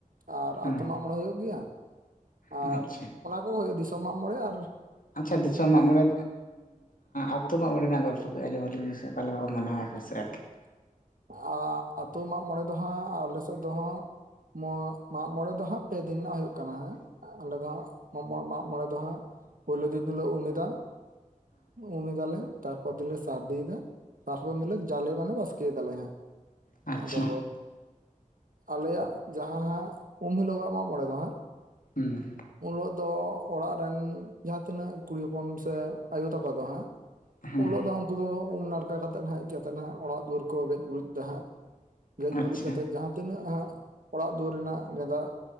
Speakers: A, on the right; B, on the left.
A: ᱟᱨ
B: ᱦᱩᱸ
A: ᱟᱛᱳ ᱢᱟᱜ ᱢᱚᱬᱮ ᱦᱳᱭᱳᱜ ᱜᱮᱭᱟ ᱟᱨ
B: ᱟᱪᱪᱷᱟ
A: ᱚᱱᱟ ᱠᱚ ᱦᱳᱭᱳᱜ ᱫᱤᱥᱚᱢ ᱢᱟᱜ ᱢᱚᱬᱮ ᱟᱨ
B: ᱟᱪᱪᱷᱟ ᱫᱤᱥᱚᱢ ᱢᱟᱜ ᱢᱚᱬᱮ, ᱟᱛᱳ ᱢᱟᱜ ᱢᱚᱬᱮ ᱨᱮᱱᱟᱜ ᱜᱚᱞᱯᱚ ᱠᱟᱹᱡ ᱟᱸᱡᱚᱢ ᱟᱞᱤᱧ ᱢᱮᱥᱮ? ᱞᱮᱠᱟ
A: <unintelligible>
B: ᱠᱚ ᱢᱟᱱᱟᱣᱟ ᱟᱯᱮ ᱥᱮᱫ ᱟᱨᱠᱤ?
A: ᱟᱛᱳ ᱢᱟᱜ ᱢᱚᱬᱮ ᱫᱚ ᱦᱟᱸᱜ ᱟᱞᱮ ᱥᱮᱫ ᱫᱚ ᱦᱟᱸᱜ <unintelligible> ᱢᱟᱜ-ᱢᱚᱬᱮ‌ ᱫᱚ ᱦᱟᱸᱜ ᱯᱮ ᱫᱤᱱ ᱨᱮᱱᱟᱜ ᱦᱳᱭᱳᱜ ᱠᱟᱱᱟ ᱟᱞᱮ ᱫᱚ ᱦᱟᱸᱜ ᱢᱟᱜᱽ ᱢᱟᱜᱽ ᱢᱟᱜ-ᱢᱚᱬᱮ ᱫᱚ ᱦᱟᱸᱜ ᱯᱳᱭᱞᱳ ᱫᱤᱱ ᱦᱤᱞᱳᱜ ᱩᱢᱤᱫᱟ᱾ ᱩᱢᱮᱫᱟᱞᱮ ᱛᱟᱨᱯᱚᱨ ᱫᱮᱞᱮ ᱥᱟᱨᱫᱤᱭᱮᱫᱟ᱾ ᱛᱟᱨᱯᱚᱨᱮ ᱫᱤᱱ ᱦᱤᱞᱳᱜ ᱡᱟᱞᱮ ᱢᱟᱱᱮ ᱵᱟᱥᱠᱮ ᱫᱟᱞᱮ ᱦᱟᱸᱜ᱾
B: ᱦᱮᱸ ᱟᱪᱪᱷᱟ
A: ᱟᱫᱚ ᱟᱞᱮᱭᱟᱜ ᱡᱟᱦᱟᱸ ᱦᱟᱸᱜ ᱩᱢ ᱦᱤᱞᱳᱜᱟᱜ ᱢᱟᱜ ᱢᱚᱬᱮ ᱫᱚ ᱦᱟᱸᱜ
B: ᱦᱩᱸ,
A: ᱩᱱᱦᱤᱞᱳᱜ ᱫᱚ ᱚᱲᱟᱜ ᱨᱮᱱ ᱡᱟᱦᱟᱸ ᱛᱤᱱᱟᱹᱜ ᱠᱩᱲᱤ ᱦᱚᱯᱚᱱ ᱥᱮ ᱟᱭᱳ ᱛᱟᱠᱚ ᱫᱚ ᱦᱟᱸᱜ
B: ᱦᱩᱸ
A: ᱩᱱ ᱦᱤᱞᱳᱜ ᱫᱚ ᱩᱝᱠᱩ ᱫᱚ ᱩᱢ ᱱᱟᱲᱠᱟ ᱠᱟᱛᱮᱫ ᱱᱟᱜ ᱦᱮᱡ ᱠᱟᱛᱮᱫ ᱱᱟᱸᱜ ᱚᱲᱟᱜ ᱫᱩᱣᱟᱹᱨ ᱠᱚ ᱜᱮᱡ ᱜᱩᱨᱤᱡ ᱫᱟ ᱦᱟᱜ ᱜᱮᱡ ᱜᱩᱨᱤᱡ
B: ᱟᱪᱪᱷᱟ
A: ᱠᱟᱛᱮ ᱡᱟᱦᱟᱸ ᱛᱤᱱᱟᱹᱜ ᱦᱟᱸᱜ ᱚᱲᱟᱜ ᱫᱩᱣᱟᱹᱨ ᱨᱮᱱᱟᱜ ᱜᱮᱸᱫᱟᱜ